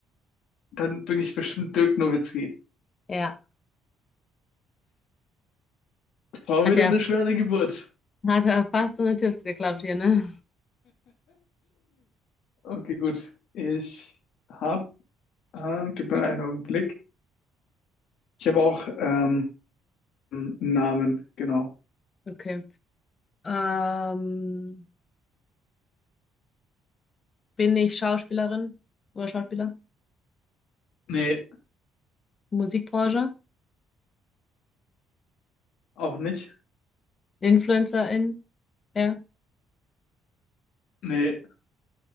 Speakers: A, on the left (about 80°); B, on the left (about 40°).
A: dann bin ich bestimmt Dirk Nowitzki.
B: ja.
A: War
B: Hat
A: wieder
B: ja,
A: eine schwere Geburt. <laughs>
B: hat ja fast so eine Tipps geklappt hier, ne?
A: Okay, gut. Ich hab, ah, gib mir einen Augenblick. Ich habe auch ähm, einen Namen, genau.
B: Okay. Ähm, bin ich Schauspielerin oder Schauspieler?
A: Nee,
B: Musikbranche?
A: auch nicht.
B: Influencerin? Ja.
A: Nee,